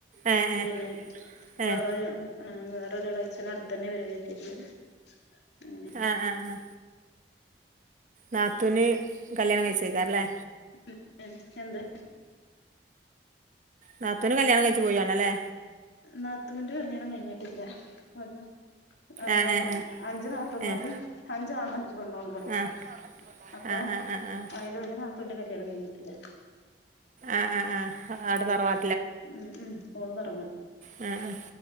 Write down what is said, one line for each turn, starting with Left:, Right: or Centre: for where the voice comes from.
Right: ഏഹ്
Left: പിന്നെ
Right: ഏഹ്
Left: വേറെരുർ
Right: ഏഹ്
Left: വേറെരുളച്ചന അടുത്ത തന്നെപെര കയറ്റി ക്കണ് അങ്ങനെ
Right: ആഹ് ആഹ് ആഹ് നാത്തൂന് കല്യാണം കഴിച്ച കേരല്ലേ
Left: <unintelligible> എന്ത്
Right: നാത്തൂന് കല്യാണം കഴിച്ചു പോയിആ ണല്ലേ
Left: നാത്തൂന്റെ കല്യാണം കഴിഞ്ഞിട്ടില്ല <unintelligible> എന്താണ്
Right: ആഹ് ഏഹ്
Left: അഞ്ചു നാത്തന്മാരും
Right: ഏഹ്
Left: അഞ്ചാണും അഞ്ചു പൊണ്ണോണവിടെ
Right: ഏഹ്
Left: അപ്പൊ
Right: ആഹ് ആഹ് ആഹ് ആഹ് ആഹ്
Left: അതില് ഒരു നാത്തൂന്റെ കല്യാണം കഴിഞ്ഞിട്ടില്ല
Right: ആഹ ആ ആ ആടെ തർവാ
Left: ഉം ഉം ഓള് തറ
Right: ആ അ